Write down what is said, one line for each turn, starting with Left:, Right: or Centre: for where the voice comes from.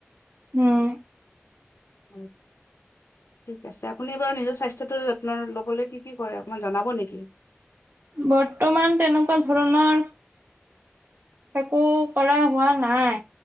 Right: উম
Left: উম ঠিক আছে আপুনি বাৰু নিজৰ স্বাস্থ্্যটো যত্ন লবলৈ কি কি কৰে অকমান জনাব নেকি
Right: বৰ্তমান তেনেকুৱা ধৰণৰ একো কৰা হোৱা নাই